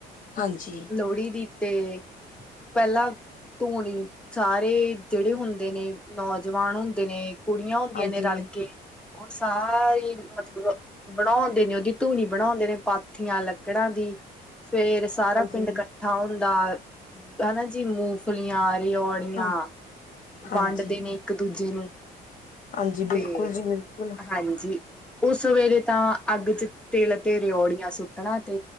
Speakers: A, on the left (about 50°); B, in the centre.
A: ਹਾਂਜੀ
B: ਲੋਹੜੀ ਦੀ। ਤੇ ਪਹਿਲਾਂ ਧੂਣੀ ਸਾਰੇ ਜਿਹੜੇ ਹੁੰਣ ਦੇ ਨੇ ਨੌਜਵਾਨ ਹੁੰਦੇ ਨੇ ਕੁੜੀਆਂ ਹੁੰਦੀਆਂ
A: ਹਾਂਜੀ
B: ਨੇ ਰਲ ਕੇ। ਉਹ ਸਾਰੀ ਮਤਲਬ ਬਣਾਉਂਦੇ ਨੇ ਉਹਦੀ ਧੂਣੀ ਬਣਾਉਂਦੇ ਨੇ ਪਾਥੀਆਂ ਲੱਕੜਾਂ ਦੀ। ਫੇਰ ਸਾਰਾ
A: ਹਾਂਜੀ
B: ਪਿੰਡ ਕੱਠਾ ਹੁੰਦਾ। ਹਨਾ ਜੀ ਮੂੰਗਫਲੀਆਂ ਰਓੜੀਆਂ
A: ਹਾਂ ਹਾਂਜੀ
B: ਵੰਡਦੇ ਨੇ ਇੱਕ ਦੂਜ ਜੇ ਨੂੰ,
A: ਹਾਂਜੀ ਬਿਲਕੁਲ
B: ਤੇ
A: ਜੀ ਬਿਲਕੁਲ
B: ਹਾਂਜੀ। ਉਹ ਸਵੇਰੇ ਤਾਂ ਅੱਗ ਚ ਤਿਲ ਤੇ ਰਓੜੀਆਂ ਸੁੱਟਣਾ ਤੇ